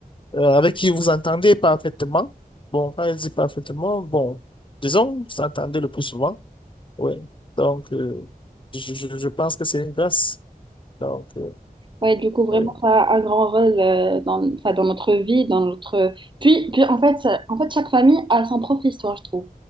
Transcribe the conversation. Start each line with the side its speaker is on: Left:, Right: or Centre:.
Left: euh, avec qui vous entendez parfaitement. Bon, quand je dis parfaitement, bon, disons, vous s'entendez le plus souvent. Oui. Donc, euh, je, je, je pense que c'est une grâce. Donc, euh,
Right: Ouais, du coup, vraiment,
Left: oui.
Right: ça a un grand rôle euh, dans, enfin, dans notre vie, dans notre... Puis, puis en fait, ça- en fait, chaque famille a son propre histoire, je trouve.